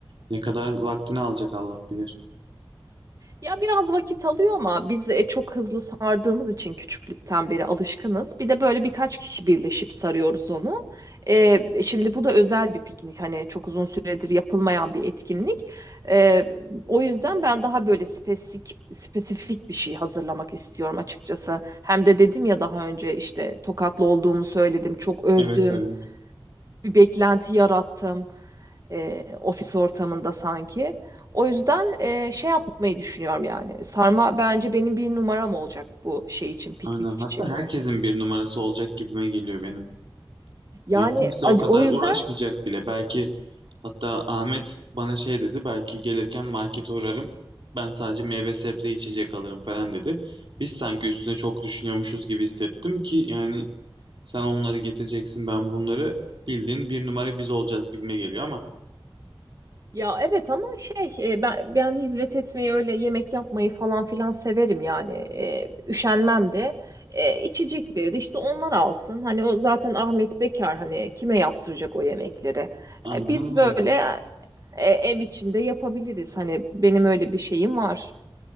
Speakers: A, on the right; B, on the right.
A: Ne kadar vaktini alacak Allah bilir.
B: Ya biraz vakit alıyor ama biz e, çok hızlı sardığımız için küçüklükten beri alışkınız. Bir de böyle birkaç kişi birleşip sarıyoruz onu. E, şimdi bu da özel bir piknik. Hani çok uzun süredir yapılmayan bir etkinlik. E, o yüzden ben daha böyle spesifik, spesifik bir şey hazırlamak istiyorum açıkçası. Hem de dedim ya daha önce işte Tokatlı olduğumu söyledim. Çok övdüm.
A: Evet evet.
B: Bir beklenti yarattım e, ofis ortamında sanki. O yüzden e, şey yapmayı düşünüyorum yani. Sarma bence benim bir numaram olacak bu şey için, piknik
A: Aynen. Hatta
B: için.
A: herkesin bir numarası olacak gibime geliyor benim.
B: Yani
A: Yani kimse
B: ac-
A: o kadar
B: o yüzden
A: uğraşmayacak bile. Belki hatta Ahmet bana şey dedi. Belki gelirken market uğrarım. Ben sadece meyve sebze içecek alırım falan dedi. Biz sanki üstüne çok düşünüyormuşuz gibi hissettim ki yani sen onları getireceksin ben bunları bildiğin bir numara biz olacağız gibime geliyor ama.
B: ya evet ama şey e, ben, ben hizmet etmeyi öyle yemek yapmayı falan filan severim yani. E, üşenmem de. E, içecekleri de işte onlar alsın. Hani o zaten Ahmet Bekar hani kime yaptıracak o yemekleri?
A: Aynen
B: E, biz
A: öyle.
B: böyle e, ev içinde yapabiliriz. Hani benim öyle bir şeyim var.